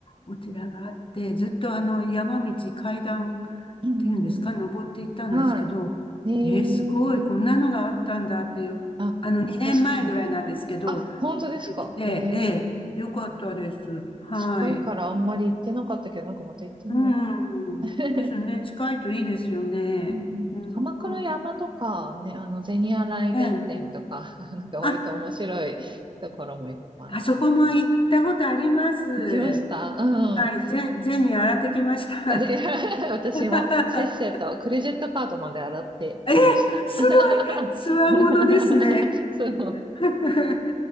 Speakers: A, on the left; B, on the right.
A: お寺があって、ずっとあの、山道、階段、
B: うんうんうんうんうんうん
A: ていうんですか、登っていったんですけど、
B: うん。はい。ええ
A: えーすごい、こんなのがあったんだっていう、
B: あ、
A: あの、2年前ぐらいなんですけど、
B: 確かに。あ、本当ですか。
A: 行ってきて、
B: ええ
A: ええ、よかったです。はい。
B: 近いからあんまり行ってなかったけど、なんかまた行ってみようかな。
A: うん。
B: <laughs>
A: ですね、近いといいですよね。
B: うん、
A: うん。
B: 鎌倉山とか、ね、あの、銭洗弁天とか、
A: ええ。
B: <laughs> なんか割と面白いところもいっぱいあって。
A: あ、あそこも行ったことあります。
B: 行きましたうん。
A: はい、ゼ、ゼニー洗ってきました。
B: で、<laughs> 私もせっせとクレジットカードまで洗ってきました。
A: <laughs> え、すごい、
B: <laughs>
A: つわものですね。
B: そう。
A: <laughs>